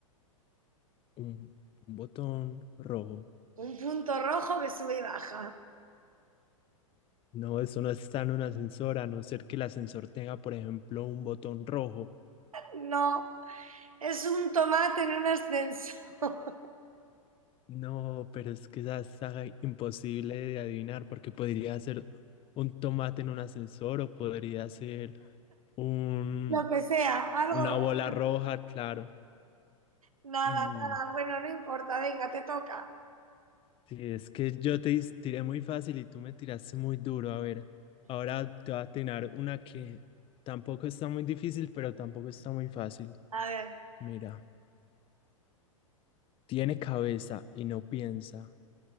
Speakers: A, on the left; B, on the right.
A: un un botón rojo.
B: Un punto rojo que sube y baja.
A: No, eso no está en un ascensor, a no ser que el ascensor tenga, por ejemplo, un botón rojo.
B: No, es un tomate en un ascensor.
A: No, pero es que esa está imposible de adivinar porque podría ser un tomate en un ascensor o podría ser un,
B: Lo que sea, algo
A: una
B: rojo.
A: bola roja, claro.
B: Nada,
A: Mm,
B: nada, bueno, no importa, venga, te toca.
A: sí, es que yo te dis- tiré muy fácil y tú me tiraste muy duro. A ver, ahora te voy a tirar una que tampoco está muy difícil, pero tampoco está muy fácil.
B: A ver,
A: Mira, tiene cabeza y no piensa.